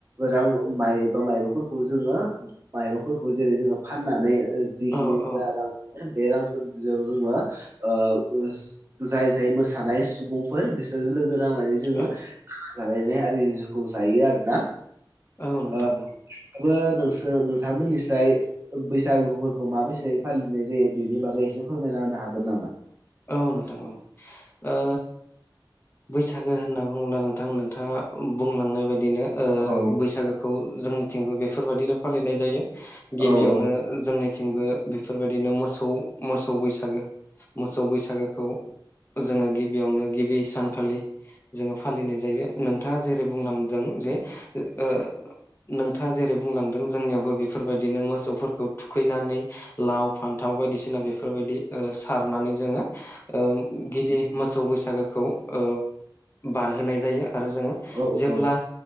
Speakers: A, on the right (about 30°); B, on the left (about 25°).
A: रां माइ बा माइरंफोरखौ जोङो माइरंफोरखौ जेरै जोङो फाननानै जिखिनिु
B: औ
A: आरो रां बे रांफोरजों जोङो मा ओ‌ जाय जाय मोसानाय सुबुं फोर बिसोरजों लोगो नांनानै
B: औ
A: जोङो <inaudible> जालायनाय आरिखौ जायो आरोना।
B: औ नोंथां
A: ओ
B: औ।
A: <unintelligible> नोंसोर नोंथांमोननिस्राय बैसागुफोरखौ माबायसे फालिनाय जायो बेनि बागै एसे फोरमायना होनो हागोन नामा?
B: औ नोंथां औ ओ बैसागु होनना बुङोब्ला नोंथां नोंथाङा बुंलांनाय बायदिनो ओ
A: औ
B: बैसागुखौ जोंनिथिंबो बेफोरबायदिनो फालिनाय जायो। गिबियावनो
A: औ औ
B: जोंनिथिंबो बेफोरबायदिनो मोसौ मोसौ बैसागु मोसौ बैसागुखौ जोङो गिबियावनो गिबि सान खालि जोङो फालिनाय जायो नोंथाङा जेरै बुंलांदों जे ओ नोंथाङा जेरै बुंलांदों जोंनियावबो बेफोरबायदिनो मोसौफोरखौ थुखैनानै लाव फान्थाव बायदिसिना बेफोरबायदि ओ सारनानै जोङो ओ गिबि मोसौ बैसागुखौ ओ बारहोनाय जायो आरो जोङो
A: औ
B: जेब्ला
A: औ